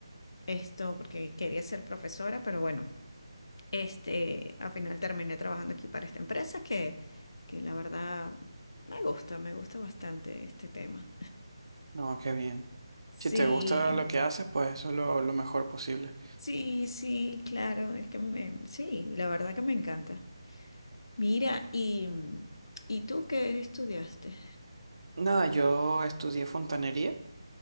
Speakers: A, on the left; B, on the right.
A: esto porque quería ser profesora, pero bueno, este, al final terminé trabajando aquí para esta empresa que, que la verdad me gusta, me gusta bastante este tema.
B: No, qué bien.
A: Sí,
B: Si te gusta lo que haces, pues eso es lo, lo mejor posible.
A: Sí, sí, claro, es que me, sí, la verdad que me encanta. Mira, y, ¿y tú qué estudiaste?
B: Nada, yo estudié fontanería